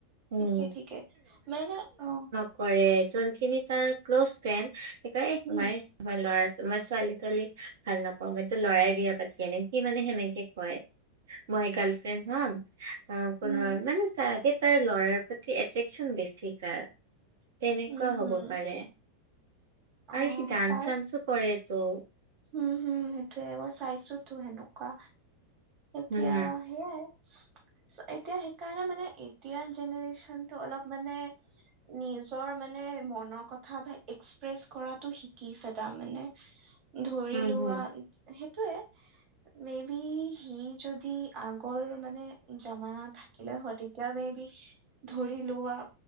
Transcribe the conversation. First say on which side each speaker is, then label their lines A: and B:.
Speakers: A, on the right; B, on the right.
A: উম
B: ঠিকেই ঠিকে, মানে অ,
A: কৰে, যোনখিনি তাৰ ক্ল'জ ফ্ৰেন্ড
B: উম
A: মই লৰা মই ছোৱালী-তোৱালী ভাল নাপাওঁ, মইতো লৰাই বিয়া পাতি আনিম, সি মানে সেনেকে কয়।
B: উ
A: মই গাৰ্লফ্ৰেণ্ড হম আৰু
B: উম
A: মানে চ তাৰ ল'ৰাৰ প্ৰতি এট্ৰেকশচন বেছি তাৰ তেনেকুৱা
B: উম
A: হ'ব
B: হম
A: পাৰে
B: অ
A: আৰু সি ডান্স
B: তাৰ
A: চান্সো কৰে তো
B: হম হুম সেইটোয়ে মই চাইছোতো সেনেকুৱা এতিয়া
A: উম
B: সেইয়াই এতিয়া সেইকাৰণে মানে এতিয়াৰ জেনেৰেচনতটো অলপ মানে নিজৰ মানে মনৰ কথা এক্সপ্ৰেছ কৰাতটো শিকিছে তাৰমানে ধৰি
A: হম
B: লোৱা
A: হম
B: সেইটোয়ে মে বি সি যদি আগৰ মানে জামানা থাকে থাকিলে হয় তেতিয় মে বি ধৰি লোৱা